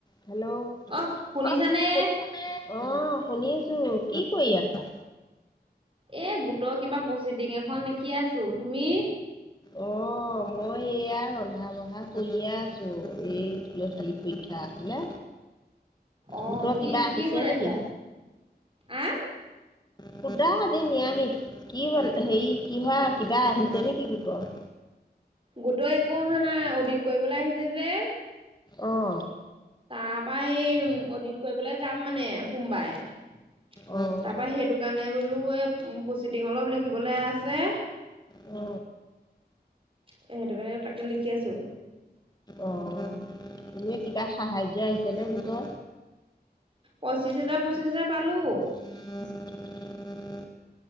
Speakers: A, on the left; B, on the right.
A: হেল্ল'
B: অ শুনিছানে
A: অ,
B: এ
A: শুনিছানে? অহ, শুনিছো কি কৰি আছা?
B: এ গোটৰ কিবা প্ৰচিডিং এখন লিখি আছো। তুমি?
A: অ' মই এইয়া ৰন্ধা বঢ়া কৰিয়ে আছো। এই ল'ৰা-ছোৱালীৰ পৰীক্ষা আছিলে।
B: অ
A: গোটৰ
B: কি
A: কিবা আহিছে
B: কি বনাইছা
A: নেকি?
B: আহ
A: শুদা আজি নিৰামিষ। কি হ'ল, হেৰি, কি হয়, কিবা আহিছে নেকি গোটৰ?
B: গোটৰ একো অহা নাই। অ'ডিত কৰিবলৈ আহিছে যে।
A: অহ।
B: তাৰপা, সেই অ'ডিত কৰিবলৈ যাম মানে সোমবাৰে।
A: অঁ
B: তাৰপা সেইটো কাৰণে বোলো এই ম' প্ৰচিডিং অলপ লিখিবলে আছে।
A: অ।
B: সেইটো কাৰণে, তাকে লিখি আছো।
A: অ'এনে কিবা সাহায্য আহিছে নে গোটত?
B: পঁচিশ হাজাৰ, পঁচিশ হাজাৰ পালোঁ।
A: <unintelligible>